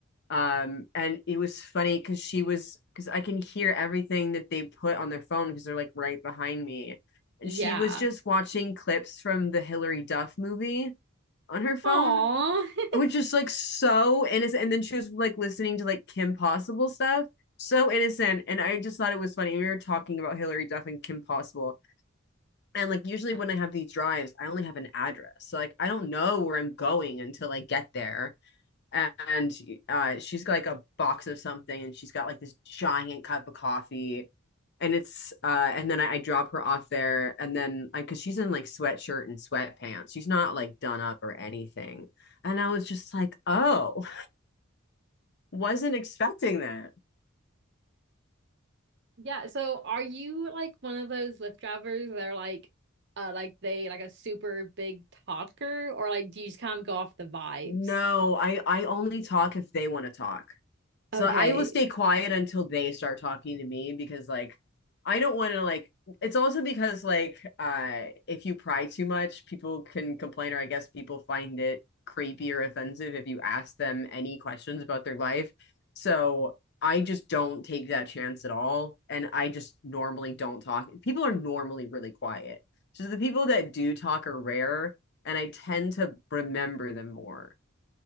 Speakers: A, on the left; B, on the right.
A: um and it was funny because she was because i can hear everything that they put on their phone because they're like right behind me
B: Yeah.
A: and she was just watching clips from the hillary duff movie on her phone
B: Aw. <laughs>
A: which is like so innocent and then she was like listening to like kim possible stuff so innocent and i just thought it was funny we were talking about hillary duff and kim possible and like usually
B: Uh,
A: when I have these drives, I only have an address. So like I don't know where I'm going until I get there. And uh, she's got like a box of something and she's got like this giant cup of coffee. And it's uh and then I, I drop her off there and then like cause she's in like sweatshirt and sweatpants. She's not like done up or anything. And I was just like, oh, <laughs> wasn't expecting that.
B: Yeah, so are you like one of those Lyft drivers that are like uh like they like a super big talker or like do you just kind of go off the vibes?
A: No, I I only talk if they want to talk. So
B: Okay.
A: I will stay quiet until they start talking to me because like I don't want to like it's also because like uh if you pry too much, people can complain or I guess people find it creepy or offensive if you ask them any questions about their life. So I just don't take that chance at all and I just normally don't talk. People are normally really quiet. So the people that do talk are rare and I tend to remember them more.